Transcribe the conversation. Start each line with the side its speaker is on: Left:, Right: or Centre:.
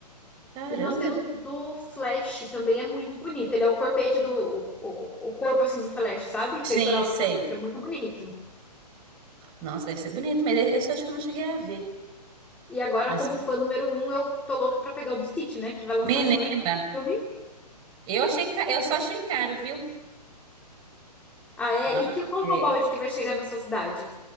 Right: Caramba!
Centre: E nós temos
Right: go-
Centre: do Flash, também é muito bonito. Ele é o corpete do... O, o corpo, assim, do Flash, sabe?
Right: Sim,
Centre: Peitoral
Right: sei.
Centre: do Flash. É muito bonito.
Right: Nossa, deve ser bonito, mas esse eu acho que eu não cheguei a ver.
Centre: E agora,
Right: Mas,
Centre: como fã número um, eu tô louca pra pegar o do Stitch, né? Que vai lançar
Right: menina,
Centre: semana que vem o filme.
Right: eu achei, ca- eu só achei caro, viu?
Centre: Ah, é?
Right: É, uma-
Centre: E que, qual
Right: é.
Centre: que é o balde que vai chegar na sua cidade?